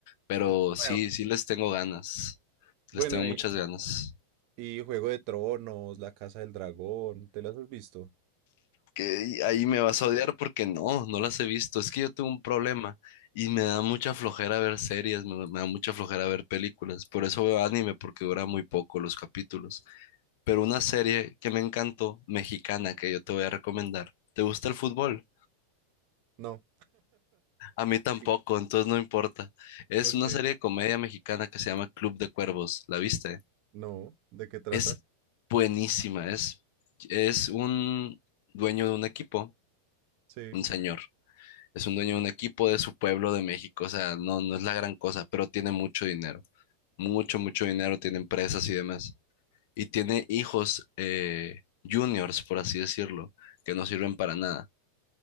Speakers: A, on the left; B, on the right.
A: Pero
B: Eso es
A: sí,
B: nuevo.
A: sí les tengo ganas.
B: Bueno,
A: Les tengo
B: y,
A: muchas ganas.
B: y Juego de Tronos, La Casa del Dragón, ¿te las has visto?
A: Que y ahí me vas a odiar porque no, no las he visto. Es que yo tengo un problema
B: Ok,
A: y me da mucha flojera ver series, me, me da mucha flojera ver películas. Por eso veo anime porque dura muy poco los capítulos. Pero una serie que me encantó, mexicana, que yo te voy a recomendar. ¿Te gusta el fútbol?
B: No,
A: A mí tampoco,
B: sí.
A: entonces no importa. Es
B: ok.
A: una serie de comedia mexicana que se llama Club de Cuervos. ¿La viste?
B: no. ¿De qué trata?
A: Es buenísima, es, es un dueño de un equipo,
B: Sí,
A: un señor. Es un dueño de un equipo de su pueblo de México, o sea, no, no es la gran cosa, pero tiene mucho dinero, mucho, mucho dinero, tiene empresas y demás. Y tiene hijos eh, juniors, por así decirlo, que no sirven para nada.